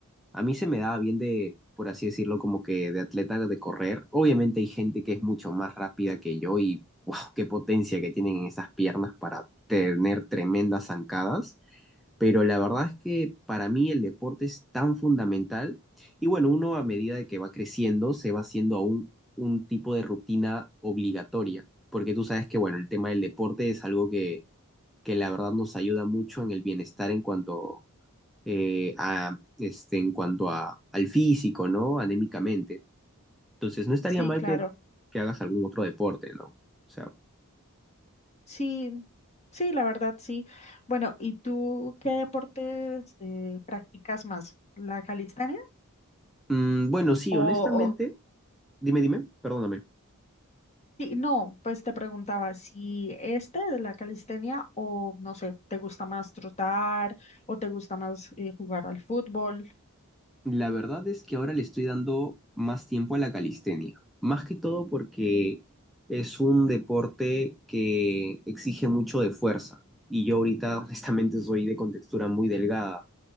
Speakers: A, in the centre; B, on the left.
A: A mí se me daba bien de, por así decirlo, como que de atleta de correr. Obviamente hay gente que es mucho más rápida que yo y <laughs> wow, qué potencia que tienen en esas piernas para tener tremendas zancadas. Pero la verdad es que para mí el deporte es tan fundamental. Y bueno, uno a medida de que va creciendo se va haciendo aún un tipo de rutina obligatoria. Porque tú sabes que, bueno, el tema del deporte es algo que, que la verdad nos ayuda mucho en el bienestar en cuanto eh, a, este, en cuanto a, al físico, ¿no? Anémicamente. Entonces, no estaría
B: sí,
A: mal
B: claro.
A: que, que hagas algún otro deporte, ¿no? O sea,
B: Sí, sí, la verdad, sí. Bueno, ¿y tú qué deportes eh, practicas más? ¿La calistenia?
A: mm, bueno, sí,
B: ¿O,
A: honestamente, dime, dime, perdóname.
B: Sí, no, pues te preguntaba si este de la calistenia o no sé, te gusta más trotar o te gusta más eh, jugar al fútbol,
A: La verdad es que ahora le estoy dando más tiempo a la calistenia, más que todo porque es un deporte que exige mucho de fuerza y yo ahorita <laughs> honestamente soy de contextura muy delgada,